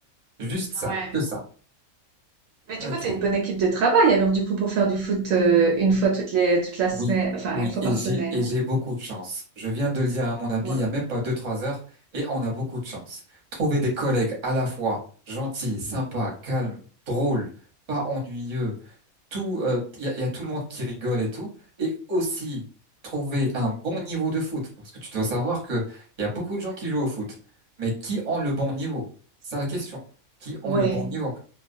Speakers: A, on the right; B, on the right.
A: Juste ça,
B: Ouais.
A: que ça.
B: Mais
A: Ok.
B: du coup, tu as une bonne équipe de travail, alors du coup, pour faire du foot euh, une fois toutes les, toute la
A: Oui,
B: semaine, enfin,
A: oui,
B: une fois
A: et
B: par
A: j'ai
B: semaine.
A: et j'ai beaucoup de chance. Je viens de le dire à mon ami
B: Ouais.
A: il y a même pas deux, trois heures, et on a beaucoup de chance. Trouver des collègues à la fois gentils, sympas, calmes, drôles, pas ennuyeux, tout, euh, il y a, il y a tout le monde qui rigole et tout, et aussi trouver un bon niveau de foot, parce que tu dois savoir que il y a beaucoup de gens qui jouent au foot, mais qui ont le bon niveau? C'est ça la question. Qui ont
B: Ouais,
A: le bon niveau?